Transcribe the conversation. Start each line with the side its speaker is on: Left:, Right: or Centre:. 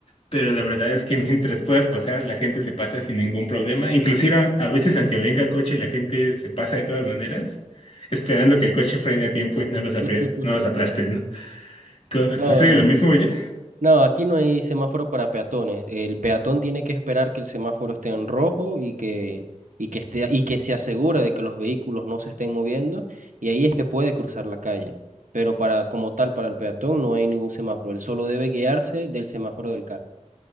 Left: pero la verdad es que <laughs> mientras puedas pasar, la gente se pasa sin ningún problema. Inclusive a a veces aunque venga coche, la gente se pasa de todas maneras, esperando que el coche frene a tiempo y no los, apri-
Right: <laughs>
Left: no los aplasten, ¿no? Co-
Right: No,
Left: ¿Sucede lo mismo ya?
Right: no, aquí no hay semáforo para peatones. El peatón tiene que esperar que el semáforo esté en rojo y que, y que esté, y que se asegure de que los vehículos no se estén moviendo, y ahí es que puede cruzar la calle. Pero para, como tal, para el peatón no hay ningún semáforo. Él solo debe guiarse del semáforo del carro.